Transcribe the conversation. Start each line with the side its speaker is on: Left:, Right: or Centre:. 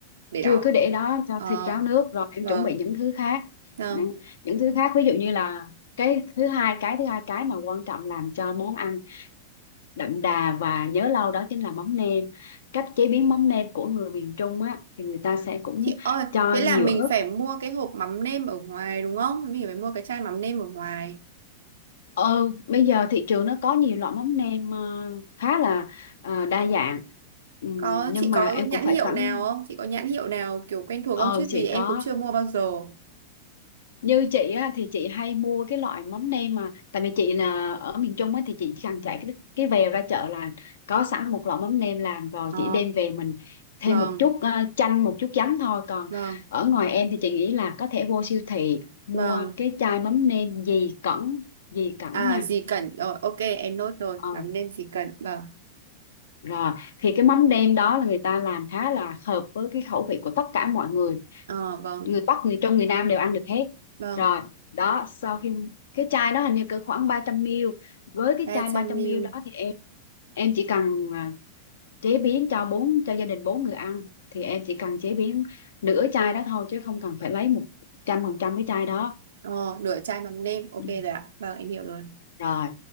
Right: Để
Left: chưa
Right: đó.
Left: cứ để đó cho
Right: Ờ,
Left: thịt ráo nước rồi em
Right: vâng.
Left: chuẩn bị những thứ khác
Right: Vâng.
Left: những những thứ khác ví dụ như là cái thứ hai cái thứ hai cái mà quan trọng làm cho món ăn đậm đà và nhớ lâu đó chính là mắm nêm cách chế biến mắm nêm của người miền Trung á thì người ta sẽ cũng
Right: Chị ơi,
Left: cho
Right: thế là
Left: nhiều
Right: mình
Left: ớt
Right: phải mua cái hộp mắm nêm ở ngoài đúng không? Thế Mình phải mua cái chai mắm nêm ở ngoài.
Left: ờ, bây giờ thị trường nó có nhiều loại mắm nêm ờ, khá là ờ, đa dạng Ừm,
Right: Có
Left: nhưng
Right: chị
Left: mà
Right: có
Left: em
Right: nhãn
Left: cũng phải
Right: hiệu
Left: cẩn
Right: nào không? Chị có nhãn hiệu nào kiểu quen thuộc
Left: ờ
Right: không chứ
Left: chị
Right: vì em
Left: có
Right: cũng chưa mua bao giờ.
Left: như chị á, thì chị hay mua cái loại mắm nêm mà tại vì chị là ở miền Trung á, thì chị chỉ cần chạy cái cái vèo ra chợ là có sẵn một lọ mắm nêm làm rồi
Right: Ờ,
Left: chị đem về mình thêm
Right: vâng,
Left: một chút ờ, chanh một chút giấm thôi còn
Right: vâng,
Left: ở ngoài em thì chị nghĩ là có thể vô siêu thị mua
Right: vâng.
Left: cái chai mắm nêm dì cẩn dì cẩn
Right: À
Left: nha
Right: gì cần rồi, ok em nốt rồi,
Left: Ờ.
Right: mắm nêm gì cần. Vâng.
Left: Rồi, thì cái mắm nêm đó là người ta làm khá là hợp với cái khẩu vị của tất cả mọi người.
Right: Ờ vâng,
Left: Người Bắc, người Trung, người Nam đều ăn được hết.
Right: vâng.
Left: Rồi, đó, sau khi cái chai đó hình như cỡ khoảng 300ml. Với cái
Right: 300ml.
Left: chai 300ml đó thì em em chỉ cần à, chế biến cho bốn cho gia đình bốn người ăn thì em chỉ cần chế biến nửa chai đó thôi chứ không cần phải lấy một trăm phần trăm cái chai đó.
Right: Ờ nửa chai mắm nêm, ok
Left: Ừ.
Right: rồi ạ. Vâng, em hiểu rồi.
Left: Rồi,